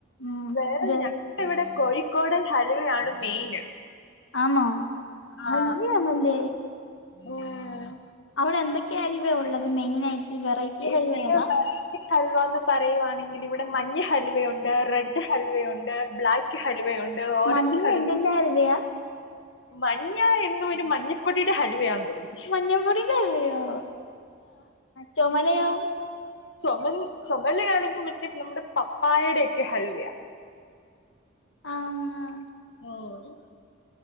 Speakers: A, on the left; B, on the left.
A: ഉംഇത്
B: വേറെ ഞങ്ങൾ ഇവിടെ കോഴിക്കോടൻ ഹലുവയാണ് മെയിന്
A: ആന്നോ. ഹൽവയാണല്ലേ
B: ആ ഉം
A: അവിടെ എന്തൊക്കെയൽ വഉള്ളത് മെയിനായിട്ട് വെറൈറ്റി
B: ഇവിടെ
A: ഹൽവ ഏതാ
B: വെറൈറ്റി ഹൽവാന്ന് പറയുവാണെങ്കിൽ ഇവിടെ മഞ്ഞ ഹൽവയുണ്ട് റെഡ് ഹൽവയുണ്ട് ബ്ലാക്ക് ഹൽവ യുണ്ട് ഓറഞ്ച്
A: മഞ്ഞ
B: ഹൽവയുണ്ട്
A: എന്തിന്റെ ഹൽവയാ
B: മഞ്ഞ എന്തോ ഒരു മഞ്ഞക്കൊടിയുടെ ഹൽവയാന്ന് തോന്നുന്നു
A: മഞ്ഞ പൊടിൻ്റെആഹ ചുമലയോ
B: ചുമൽ ചുമലആണെങ്കി മറ്റേ നമ്മുടെ പപ്പായടെക്കെ ഹലുവയാ
A: ആഹ്ആഹ്
B: ഓഹോ